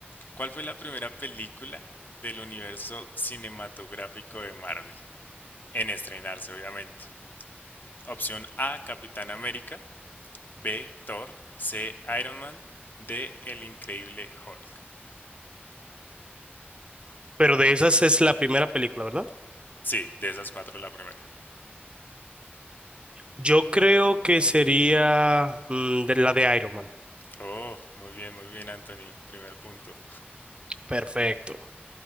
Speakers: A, on the left; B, on the right.
A: ¿Cuál fue la primera película del universo cinematográfico de Marvel? En estrenarse, obviamente. Opción A, Capitán América. B, Thor. C, Iron Man. D, El Increíble Hulk.
B: Pero de esas es la primera película, ¿verdad?
A: Sí, de esas cuatro la primera.
B: Yo creo que sería mm, de la de Iron Man.
A: Oh, muy bien, muy bien, Anthony. Primer punto.
B: Perfecto.